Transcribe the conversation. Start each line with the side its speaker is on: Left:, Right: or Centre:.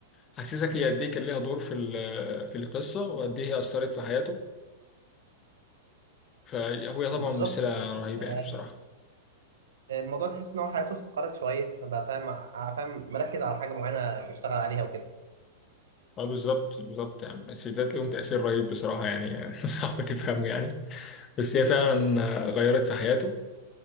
Left: حسيتك هي قد إيه كان ليها دور في ال... في القصة وقد إيه هي أثرت في حياته فهو
Right: بالظبط
Left: طبعا ممثلة رهيبة
Right: آه
Left: يعني بصراحة
Right: الموضوع تحس ان هو حياته استقرت شويه بقى فاهم ع- فاهم مركز على حاجه معينه يشتغل عليها وكده
Left: اه بالظبط بالظبط يعني السيدات ليهم تأثير رهيب بصراحة يعني <laughs> صعب تفهمه يعني بس هي فعلا آه، غيرت في حياته